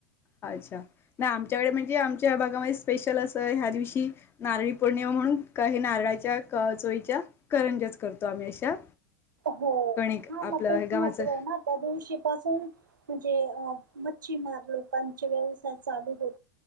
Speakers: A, on the left; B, on the right.
A: अच्छा! नाही आमच्याकडे म्हणजे आमच्या भागामध्ये स्पेशल असं ह्या दिवशी नारळी पौर्णिमा म्हणून हे नारळाच्या चोईच्या करंजाच करतो आम्ही अशा.
B: हो,
A: कणिक
B: हा मग
A: आपलं
B: तेच
A: हे गव्हाचं
B: महत्व आहे ना. त्या दिवशी पाासून म्हणजे अ मच्छीमार लोकांचे व्यवसाय चालू हो